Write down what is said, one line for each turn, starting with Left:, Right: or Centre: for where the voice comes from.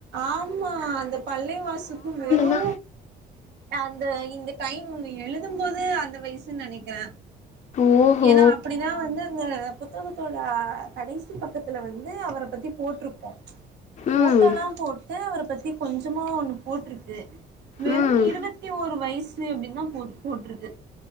Right: ஆமா அந்த பல்லேவாசுக்கு வெறு
Left: தா
Right: அந்த இந்த டைம் எழுதும்போது அந்த வயசு னு நெனைக்கிற
Left: ஓஹோ
Right: ஏனா அப்டிதா வந்து அந்த புத்தகத்தோட கடைசி பக்கத்துல வந்து அவர பத்தி போட்ருக்கு ஃபோட்டோல்லா
Left: ம்
Right: போட்டு அவர பத்தி கொஞ்சமா ஒண்ணு போட்ருக்கு வெறு
Left: ம் ம்
Right: இருவத்தி ஒரு வயசு அப்டின்னு தா போட் போட்ருக்கு